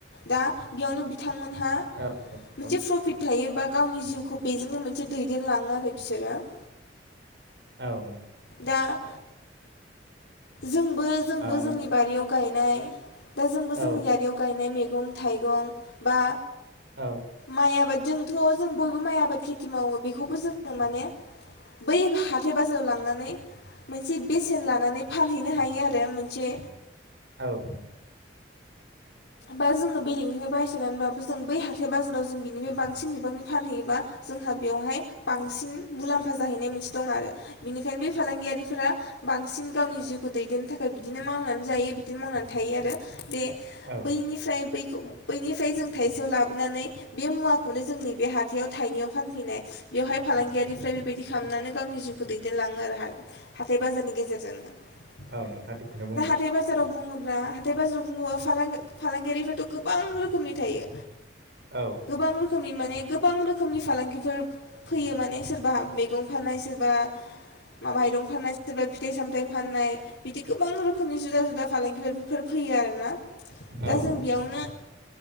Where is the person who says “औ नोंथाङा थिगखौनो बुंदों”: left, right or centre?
Right